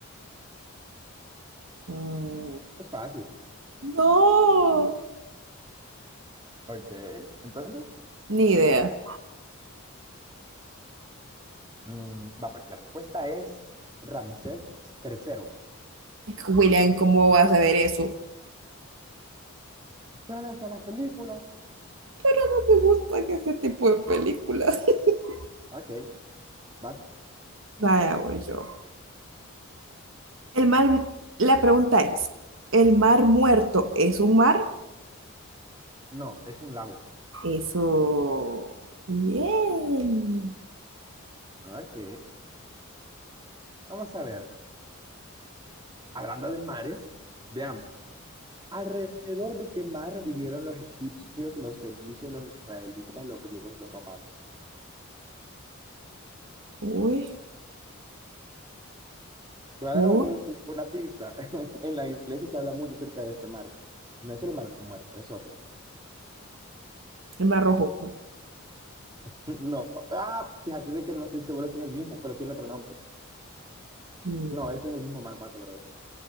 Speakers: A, on the right (about 65°); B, on the right (about 20°).
A: Mm,
B: Eso es fácil.
A: No,
B: Ok, entonces.
A: ni idea.
B: Mm, va, pues la respuesta es Ramsés Tercero.
A: William, ¿cómo vas a ver eso?
B: Ya la- están las películas.
A: No me gusta ese tipo de películas. <laughs>
B: Ok, vas.
A: Vaya, voy yo. El mar, la pregunta es, ¿el mar muerto es un mar?
B: No, es un lago.
A: Eso. Bien.
B: Ok, vamos a ver. Hablando de mares, veamos. ¿Alrededor de qué mar vivieron los egipcios, los fenicios, los israelitas, los griegos y los romanos?
A: Uy,
B: Te voy a
A: uy,
B: dar un- un- una pista. <laughs> En la iglesia se habla mucho acerca de este mar. No es el mar muerto, es otro.
A: el mar rojo.
B: <laughs> No. Ah, fíjate de que no estoy seguro si es el mismo, pero tiene otro nombre.
A: Mm,
B: No, ese es el mismo mar muerto, creo.